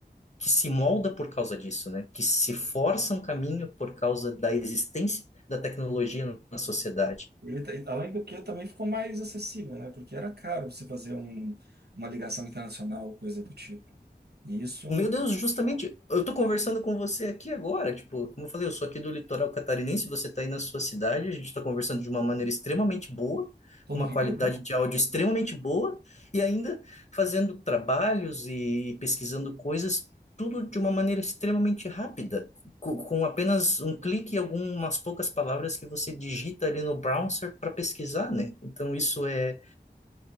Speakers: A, on the left; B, on the right.
A: que se molda por causa disso, né? Que se força um caminho por causa da existência da tecnologia na sociedade.
B: Ele, tá- além do que, também ficou mais acessível, né? Porque era caro você fazer um, uma ligação internacional, coisa do tipo. E isso,
A: Meu Deus, justamente, eu tô conversando com você aqui agora, tipo, como eu falei, eu sou aqui do litoral catarinense, você tá aí na sua cidade, a gente tá conversando de uma maneira extremamente boa,
B: tô
A: com
B: no
A: uma
B: Rio,
A: qualidade
B: né?
A: de áudio extremamente boa, e ainda fazendo trabalhos e pesquisando coisas, tudo de uma maneira extremamente rápida, co- com, apenas um clique e algumas poucas palavras que você digita ali no browser para pesquisar, né? Então isso é,